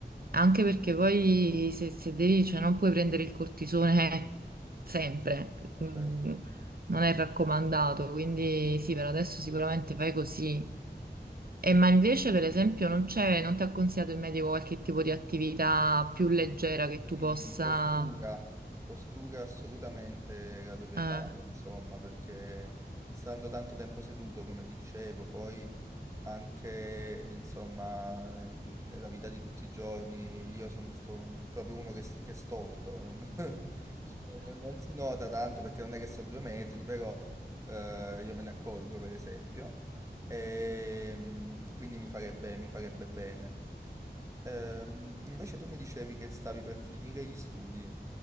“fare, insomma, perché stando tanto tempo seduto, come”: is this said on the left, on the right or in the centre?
Right